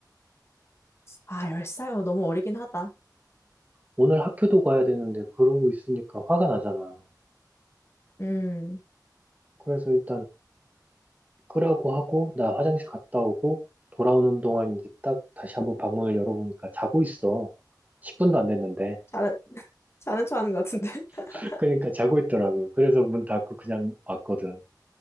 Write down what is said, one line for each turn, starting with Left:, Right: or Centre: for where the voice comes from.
Left: 아, 열 살? 어, 너무 어리긴 하다.
Right: 오늘 학교도 가야 되는데 그러고 있으니까 화가 나잖아.
Left: 음,
Right: 그래서 일단 끄라고 하고 나 화장실 갔다 오고 돌아오는 동안 이제 딱 다시 한번 방문을 열어보니까 자고 있어. 10분도 안 됐는데.
Left: 자는, 자는 척 하는 것 같은데. <laughs>
Right: <laughs> 그러니까 자고 있더라고. 그래서 문 닫고 그냥 왔거든.